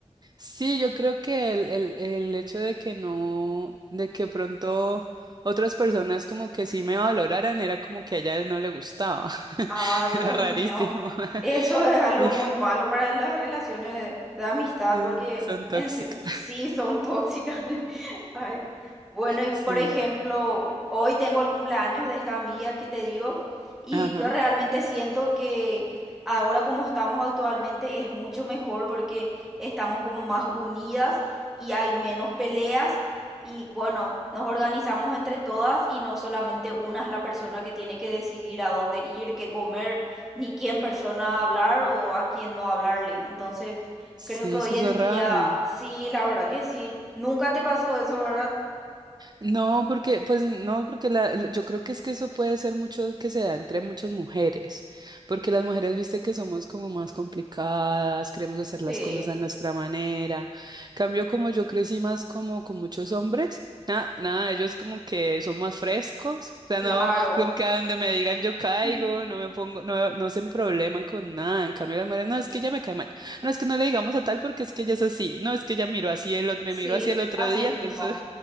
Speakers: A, on the right; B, in the centre.
A: sí, yo creo que el, el, el hecho de que no, de que pronto otras personas como que sí me valoraran era como que a ella no le gustaba. <laughs>
B: Ah, Dios
A: Era rarísimo.
B: mío.
A: <laughs>
B: Eso es algo
A: Sí,
B: muy malo para las relaciones de, de amistad,
A: sí,
B: porque
A: son tóxicas.
B: en serio, sí son tóxicas. <laughs> Ay. Bueno, y por
A: Sí,
B: ejemplo, hoy tengo el cumpleaños de esta amiga que te digo, y
A: ajá.
B: yo realmente siento que ahora como estamos actualmente es mucho mejor porque estamos como más unidas y hay menos peleas. Y bueno, nos organizamos entre todas y no solamente una es la persona que tiene que decidir a dónde ir, qué comer, ni quién persona hablar o a quién no hablarle. Entonces,
A: Sí,
B: creo que hoy
A: es que eso
B: en
A: es
B: día,
A: raro.
B: sí, la verdad que sí. Nunca te pasó eso, ¿verdad?
A: No, porque, pues no, porque la, la- yo creo que es que eso puede ser mucho que se da entre muchas mujeres, porque las mujeres, viste que somos como más complicadas, queremos hacer las
B: Sí,
A: cosas a nuestra manera. Cambio como yo crecí más como con muchos hombres, nada, nada, ellos como que son más frescos, o sea,
B: claro.
A: no, como que a donde me digan yo caigo,
B: <laughs>
A: no me pongo, no, no se probleman con nada. En cambio las mujeres, no, es que ella me cae mal, no, es que no le digamos a tal porque es que ella es así, no, es que ella miró así, el, ot- me
B: Sí,
A: miró así el otro
B: así
A: día, entonces.
B: mismo.